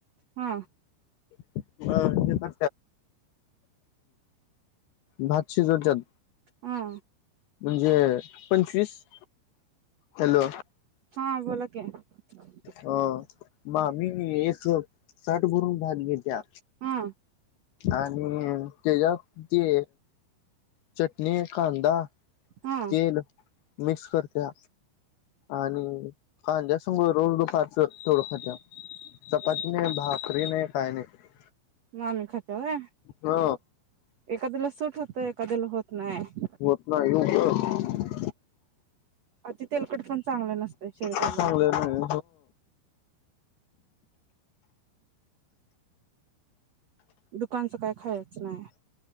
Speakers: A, on the right; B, on the left.
A: हा
B: <unintelligible> हम्म भात शिजवतात
A: हा
B: म्हणजे पंचवीस हॅलो
A: हा बोला क ह
B: हो मामी एक ताट भरून भात घेत्या
A: हा
B: आणि त्याच्यात ती चटणी, कांदा
A: हा
B: तेल मिक्स करत्या आणि खान जास् ग रोज दोफच तेवड खात्यात, चपाती नाही भाकरी नाही काय नाही
A: मामी खात्या व्हय,
B: ह
A: एखाद्याला सुट होत एखाद्याला होत नाही
B: होत ना येव कर
A: अती तेलकट पण चांगल नसते शरीराला
B: चांगलं नाही
A: दुकानचं काय खायचं नाही.